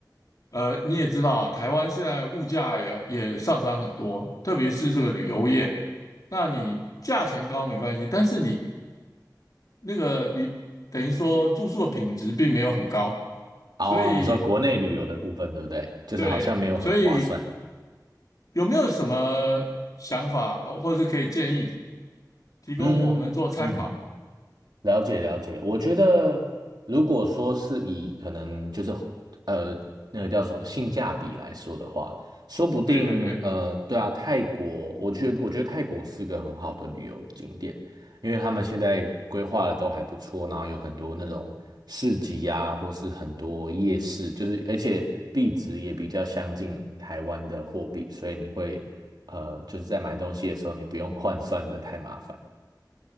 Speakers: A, on the left; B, on the right.
A: 呃，你也知道啊，台湾现在物价也也上涨很多，特别是这个旅游业。那你价钱高没关系，但是你那个旅等于说住宿的品质并没有很高，
B: 哦，
A: 所以
B: 你说国内旅游的部分对不对？就是好像没有很划算。
A: 对，所以。有没有什么想法，呃或者是可以建议提供我们做参考？
B: 嗯嗯，了解了解，我觉得如果说是以可能就是呃那个叫什么性价比来说的话，说不定呃对啊，
A: 对对对，
B: 泰国，我觉得我觉得泰国是个很好的旅游景点，因为他们现在规划的都还不错，然后有很多那种市集啊，或是很多夜市，就是而且币值也比较相近台湾的货币，所以你会呃就是在买东西的时候，你不用换算的太麻烦。